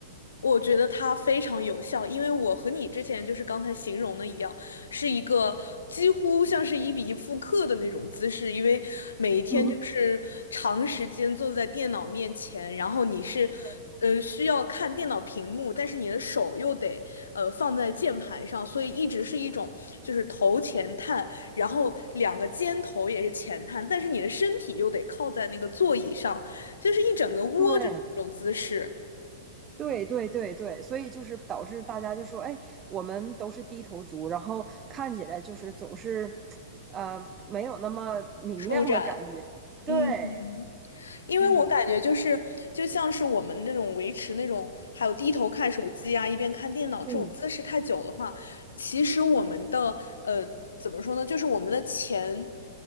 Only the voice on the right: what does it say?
嗯，
对。
对，对对对对，所以就是导致大家就说，哎，我们都是低头族，然后看起来就是总是，呃，没有那么明亮的感觉。
对，
嗯
嗯